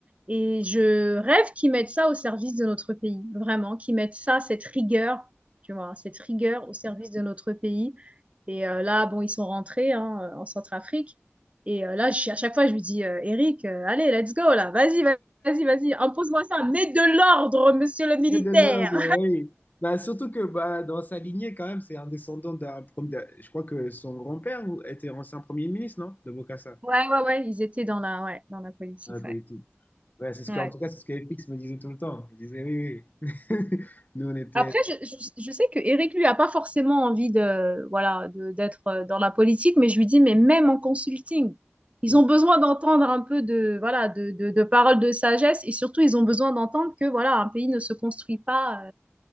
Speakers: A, on the right (about 30°); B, on the left (about 40°).
A: Et je rêve qu'ils mettent ça au service de notre pays, vraiment, qu'ils mettent ça, cette rigueur, tu vois, cette rigueur au service de notre pays. Et euh, là, bon, ils sont rentrés hein, euh, en Centrafrique. Et euh, là, je suis- à chaque fois, je lui dis, euh, Eric, euh, allez, let's go, là, vas-y, vas-y, vas-y, impose-moi ça, mets de l'ordre, monsieur le militaire.
B: Fred Delorme, oui. Bah, surtout que bah, dans sa lignée, quand même, c'est un descendant d'un premier. d'un- Je crois que son grand-père était ancien premier ministre, non? De Bokassa,
A: Ouais, ouais, ouais, ils étaient dans la, ouais, dans la politique,
B: dans la politique.
A: ouais.
B: Ouais, c'est ce
A: Ouais.
B: que, en tout cas, c'est ce que FX me disait tout le temps. Il disait oui, oui. <laughs> Nous, on était.
A: Après, je, je- je sais que Eric, lui, a pas forcément envie de, voilà, de- d'être euh, dans la politique, mais je lui dis, mais même en consulting, ils
B: euh,
A: ont besoin d'entendre un peu de, voilà, de, de, de paroles de sagesse et surtout, ils ont besoin d'entendre que, voilà, un pays ne se construit pas